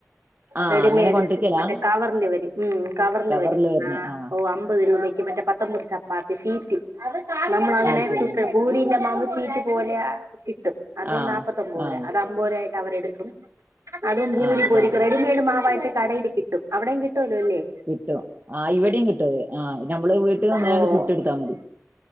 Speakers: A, on the right; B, on the right.
A: ആഹ്
B: റെഡിമെയ്ഡ്
A: അങ്ങനെ കൊണ്ടിരിക്കലാ
B: മറ്റേ കവർല് വരും ഉം കവർല്
A: കവറിൽ
B: വരും
A: വരുന്ന
B: ആ
A: ആഹ്
B: ഓ അമ്പത് രൂപയ്ക്ക് മറ്റ പത്തോമ്പത് ചപ്പാത്തി ഷീറ്റ് നമ്മളങ്ങനെ
A: അത് ശരി
B: ചുട്ട് ഭൂരിന്റെ മാവ് ഷീറ്റ് പോലെ കിട്ടും അത്
A: ആഹ്
B: നാപ്പത്തൊമ്പത്
A: ആഹ്
B: രൂപ അത് അമ്പത് രൂപായിട്ട് അവര് എട്ക്കും അതും ഭൂരി
A: ആഹ്
B: പോരിക്കും
A: ആഹ്
B: റെഡിമെയ്ഡ് മാവായിട്ട് കടെല് കിട്ടും അവടേം കിട്ടോല്ലോ ല്ലെ
A: കിട്ടും ആ ഇവടിം കിട്ടു അത് ആ നമ്മള് വീട്ട് വന്ന്ങ്ങാണ്ട്
B: ഓ
A: ചുട്ടട്ത്താ മതി